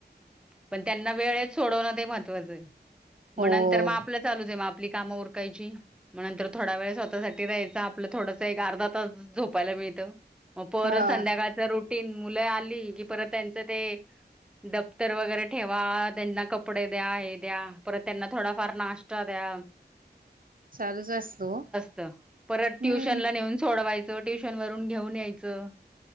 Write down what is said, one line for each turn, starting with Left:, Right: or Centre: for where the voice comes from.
Centre: पण त्यांना वेळेत सोडवणं ते महत्वाचं आहे.
Right: हो.
Centre: मग नंतर मग आपलं चालूच आहे मग आपली कामं उरकायची मग नंतर थोडा वेळ स्वतःसाठी द्यायचा आपलं थोडंसं अर्धा तास झोपायला मिळत, म पर
Right: हा
Centre: संध्याकाळच रूटी टीन मुलं आली की परत त्यांच ते दप्तर वगैरे ठेवा. त्यांना कपडे द्या हे द्या परत त्यांना थोडाफार नाश्ता द्या.
Right: चालूच असतो.
Centre: त, परत ट्युशनला
Right: हम्म
Centre: नेऊन सोडवायचं ट्युशन वरून घेऊन यायचं.